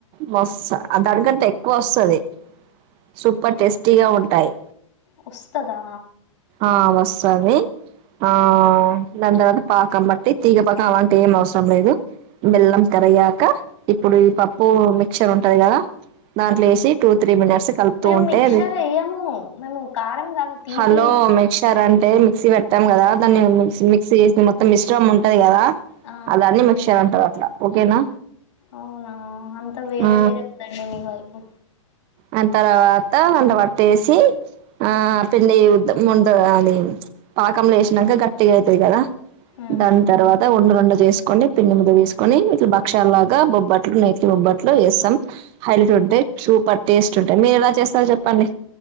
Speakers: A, on the right; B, on the left.
A: వస్సా అ దానికంటే ఎక్కువ వస్సది సూపర్ టేస్టీగా ఉంటాయి.
B: వస్తదా
A: ఆ వస్సావి ఆ దాని తర్వాత పాకం బట్టి తీగపాకం అలాంటి ఏం అవసరం లేదు బెల్లం కరిగాక ఇప్పుడు ఈ పప్పు మిక్చర్ ఉంటాయి కదా దాంట్లో ఏసీ టు త్రీ మినిట్స్ కలుపుతూ
B: మేము
A: ఉంటే
B: మిక్స్చర్
A: అది
B: యేయము మేము కారం కాదు తీపిది
A: హలో మిక్చర్ అంటే మిక్సీ పెట్టాం కదా దాన్ని మిక్ మిక్సీ చేసంది మొత్తం మిష్ట్రం ఉంటది కదా
B: ఆ
A: అదన్ని మిక్చర్ అంటా. పోయ్ ట్ల తినా
B: అవునా అంత వేరే
A: ఆ
B: వేరే ఉందండి మీ వైపు
A: ఆ తర్వాత కొంత ట్టేసి ఆ పిండే ముండ అది పాకంలేసినక కట్ట తీ అయితే కదా
B: ఉమ్
A: దాని తర్వాత ఉన్న రెండు చేసుకొని పిండి ముద్ద తీసుకని ఇట్ల బక్షాల లాగా బొబ్బట్లు నేతి బొబ్బట్లు వేస్తాం హైలైట్ ఉంటాయి సూపర్ టేస్ట్ ఉంటాయి మీరులా చేస్త చెప్పండి